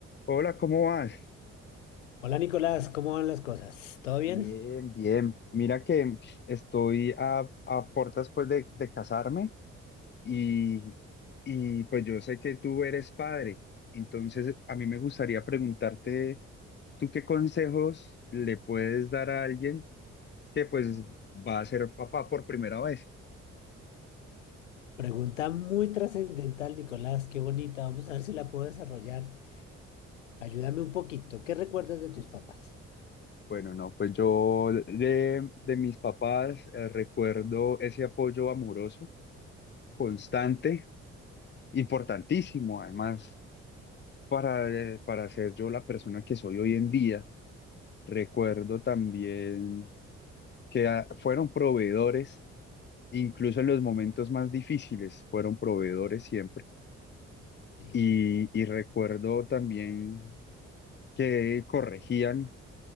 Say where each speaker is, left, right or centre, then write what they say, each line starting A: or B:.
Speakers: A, on the left; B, on the left.
A: Hola, ¿cómo vas?
B: Hola Nicolás, ¿cómo van las cosas? ¿Todo bien?
A: Bien, bien. Mira que estoy a, a puertas pues de, de casarme y, y pues yo sé que tú eres padre, entonces a mí me gustaría preguntarte, ¿tú qué consejos le puedes dar a alguien que pues va a ser papá por primera vez?
B: Pregunta muy trascendental, Nicolás, qué bonita. Vamos a ver si la puedo desarrollar. Ayúdame un poquito. ¿Qué recuerdas de tus
A: Sí.
B: papás?
A: Bueno, no, pues yo de, de mis papás eh, recuerdo ese apoyo amoroso, constante, importantísimo además para, eh, para ser yo la persona que soy hoy en día. Recuerdo también que ah, fueron proveedores, incluso en los momentos más difíciles, fueron proveedores siempre.
B: Sí,
A: Y, y recuerdo también que corregían